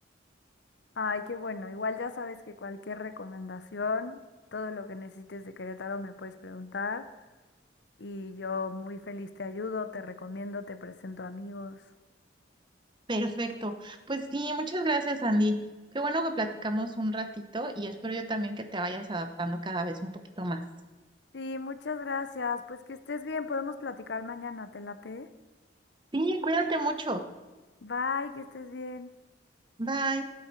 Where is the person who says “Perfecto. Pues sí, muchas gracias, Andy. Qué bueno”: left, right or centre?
Right